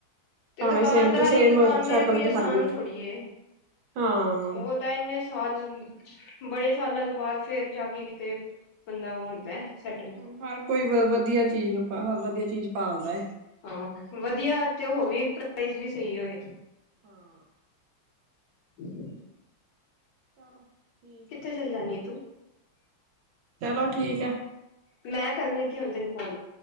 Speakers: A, on the left; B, on the right.
A: ਤੇ
B: ਭਾਵੇਂ
A: ਦੁਕਾਨਦਾਰੀ,
B: ਸੇਮ ਟੂ ਸੇਮ
A: ਦੁਕਾਨਦਾਰੀ
B: ਸ਼ਕਲ
A: ਕੋਈ
B: ਦਿਖਾਈ
A: ਆਸਾਨ,
B: ਹੋਵੇ
A: ਥੋੜੀ ਹੈ,
B: ਹਾਂ
A: ਉਹ। ਤੇ, ਇਨੇ ਸਾਲ। ਬੜੇ ਸਾਲਾਂ, ਤੋਂ ਬਾਅਦ ਫੇਰ ਜਾ ਕੇ, ਕਿਤੇ ਬੰਦਾ ਉਹ ਹੁੰਦਾ, ਸੈਟਲ।
B: ਹੁਣ ਹਰ ਕੋਈ, ਵਧੀਆ ਚੀਜ਼ ਨੂੰ, ਵਧੀਆ ਚੀਜ਼ ਡਾਲਦਾ ਹੈ।
A: ਹਾਂ। ਵਧੀਆ ਤੇ, ਹੋ ਵੀ, ਪ੍ਰਾਈਜ ਵੀ ਸਹੀ ਹੋਏ।
B: ਹਾਂ।
A: <inaudible>
B: ਚਲੋ।
A: ਕਿੱਥੇ,
B: ਹੈ
A: ਚੱਲ ਜਾਂਨੀ ਹੈ, ਤੂੰ?
B: ਚਲੋ, ਠੀਕ ਹੈ।
A: ਮੈਂ, ਕਰਨ ਲੱਗੀ, ਹੁਣ ਤੈਨੂੰ ਕੋਲ।